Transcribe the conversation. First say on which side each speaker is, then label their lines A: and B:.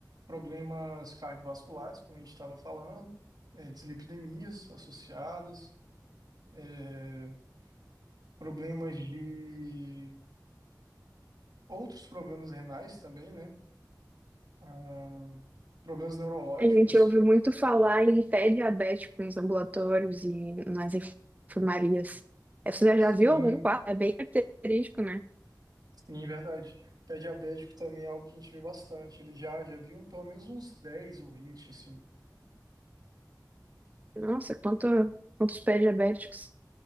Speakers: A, on the right (about 65°); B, on the right (about 20°).
A: Problemas cardiovasculares, como a gente estava falando, é, dislipidemias associadas. eh, problemas de outros problemas renais também, né? Ah, problemas neurológicos,
B: A gente ouve muito falar em pé diabético nos ambulatórios e nas enfermarias. Eh, Você
A: sim,
B: já viu algum quadro? É bem característico, né?
A: sim, verdade. Pé diabético também é algo que a gente vê bastante. Ele já, já viu pelo menos uns 10 ou 20 assim.
B: Nossa, quanto, quantos pés diabéticos.